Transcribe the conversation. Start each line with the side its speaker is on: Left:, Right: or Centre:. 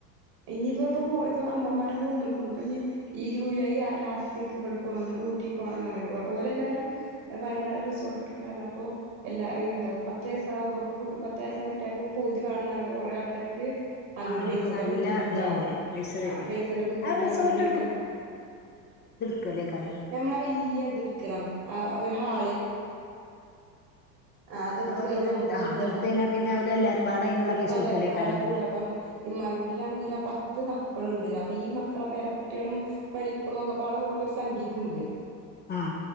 Right: ഇനിയിപ്പ ഇപ്പ ഇപ്പൊ അമ്മമാരൊക്കെ വന്ന്ക്ക്ണു ഇപ്പഞ്ഞി. ഈ ജൂലൈ ലാ ലാസ്റ്റേക്ക് ഇവിടക്ക് പോണംന്ന് ഊട്ടി പോണംന്ന്റിയിണ്ട്‌ ഓലെല്ലാരും. വയനാ റിസോർട്ട് എടുക്കാന്ന് പറഞപ്പോ. എല്ലാ എന്തും പത്ത വയസ ആകുമ്പക്ക് പത്ത വയസായ കുട്ട്യേൾക്കും പൂതിവേണം എന്ന് പറഞ്ഞപ്പോ കൊറെ ആൾക്കാർക്ക്. അങ്ങനെ
Left: ആ നമുക്ക്
Right: പൈസെന്റെ
Left: നല്ല
Right: ബുദ്ധിമുട്ട്
Left: ഇതാവേ
Right: കാരണം
Left: പൈസ വരേ
Right: ആ പൈസന്റെ ബുദ്ധിമുട്ട്
Left: ആ റിസോർട്ട്
Right: പറഞ്ഞപ്പോ പിന്നെ.
Left: ക്കേലെകാരം.
Right: ഞമ്മളാ വല്യ ഇത എടുക്കണം ആ ഒരു ഹാള്. ആ അതെടുത്തകയിഞ്ഞ
Left: നമ്മൾ ഓരോരോ
Right: നമ്മുക്ക്
Left: ആ
Right: സുഖാണ്
Left: അതെടുത്ത് കഴിഞ്ഞാൽ പിന്നെ അവര് എല്ലാരും പാടെ അതിനുള്ള പൈസ
Right: എല്ലാർക്കുംപാടെ
Left: കൊടുക്കലേക്കാരം
Right: കൂടാ അപ്പം. ഇമാന്റുടിലാണെങ്കിലോ പത്ത് മക്കൾണ്ട് അപ്പം ഈ മക്കളെ പേരെ കുട്ട്യേളും. മരേക്കളും ഒക്കെപാടെ കുടുമ്പോ ഒരു സംഖ്യക്കെക്കിണ്ട്.
Left: ആ